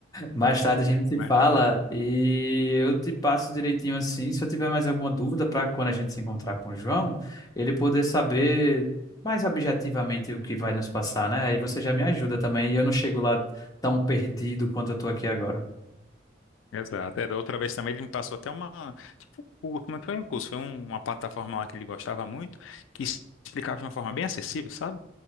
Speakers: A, on the left; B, on the left.
A: Mais tarde a gente se
B: né?
A: fala e eu te passo direitinho assim. Se eu tiver mais alguma dúvida para quando a gente se encontrar com o João, ele poder saber mais objetivamente o que vai nos passar, né? Aí você já me ajuda também e eu não chego lá tão perdido quanto eu tô aqui agora.
B: Exato. É, da outra vez também ele me passou até uma, tipo, um curso, mas foi um curso, foi um- uma plataforma lá que ele gostava muito, que explicava de uma forma bem acessível, sabe?